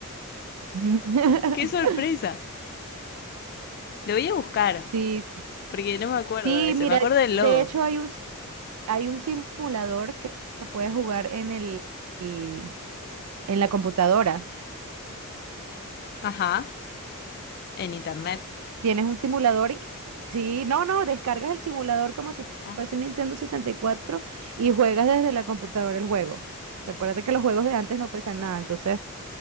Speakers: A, on the right; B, on the left.
A: <laughs>
B: qué sorpresa. Lo voy a buscar,
A: Sí, sí,
B: porque no me acuerdo
A: Sí,
B: de ese,
A: mira,
B: me acuerdo del
A: de
B: logo.
A: hecho hay un, s- hay un simulador que, que puedes jugar en el, el- en la computadora.
B: Ajá, en internet.
A: Tienes un simulador y sí, no, no, descargas el simulador como si
B: Ah,
A: fuese un Nintendo sesenta y cuatro y juegas desde la computadora el juego. Acuérdate que los juegos de antes no pesan nada, entonces